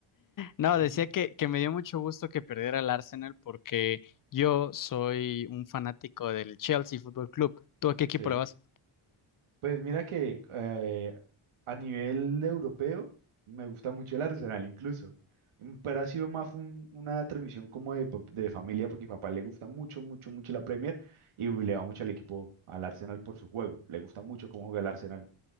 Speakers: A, on the left; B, on the right.
A: No,
B: <laughs>
A: decía que, que me dio mucho gusto que perdiera el Arsenal porque yo soy un fanático del Chelsea Fútbol Club. ¿Tú a qué equipo
B: Sí.
A: le vas?
B: Pues mira que eh, a nivel europeo me gusta mucho el Arsenal incluso, Mm, pero ha sido más un- una transmisión como de, pa- de familia porque a mi papá le gusta mucho, mucho, mucho la Premier y le va mucho al equipo, al Arsenal por su juego. Le gusta mucho cómo juega el Arsenal